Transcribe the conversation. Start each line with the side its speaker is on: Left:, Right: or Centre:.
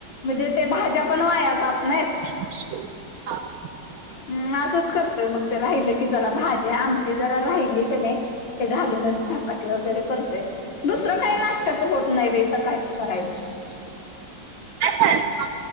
Left: म्हजे ते भाज्या पण वाया जात नाईत.
Right: <unintelligible>
Left: हम्म असंच करतोय मग ते राहिल की जरा भाज्या, आमटी जरा राहिली कणी ते घालूनच धपाटी वगैरे करतोय, दुसरं काय नाश्त्याच होत नाही बाई सकाळचं करायचं.
Right: काय <unintelligible>